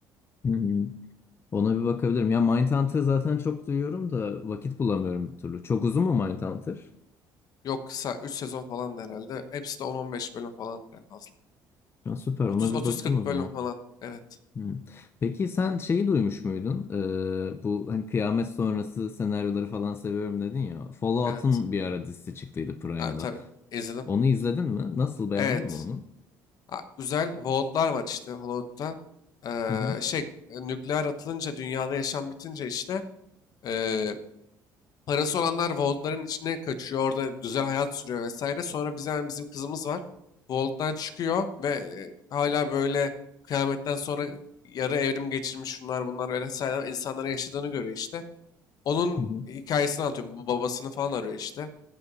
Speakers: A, on the left (about 35°); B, on the left (about 60°).
A: Hı hı. Ona bir bakabilirim. Ya Mindhunter zaten çok duyuyorum da vakit bulamıyorum bir türlü. Çok uzun mu Mindhunter?
B: Yok kısa 3 sezon falan da herhalde. Hepsi de on 15 bölüm falan en fazla.
A: Ya süper
B: Otuz-otuz-kırk
A: ona bir bakayım o zaman.
B: bölüm falan. Evet.
A: Hmm. Peki sen şeyi duymuş muydun? Ee, bu hani kıyamet sonrası senaryoları falan seviyorum dedin ya. Fallout'un
B: Evet.
A: bir ara dizisi çıktıydı Prime'da.
B: Abi tabii izledim.
A: Onu izledin mi? Nasıl beğendin
B: Evet.
A: mi onu?
B: Abi, güzel Vault'lar var işte Hollywood'da. Ee,
A: Hı hı.
B: şey e, nükleer atılınca dünyada yaşam bitince işte ee, Parası olanlar Volt'ların içine kaçıyor. Orada güzel hayat sürüyor vesaire. Sonra biz yani bizim kızımız var. Vault'tan çıkıyor ve e, hala böyle kıyametten sonra yarı evrim geçirmiş şunlar bunlar vesaire insanların yaşadığını görüyor işte. Onun
A: Hı hı.
B: hikayesini anlatıyor. Bu babasını falan arıyor işte.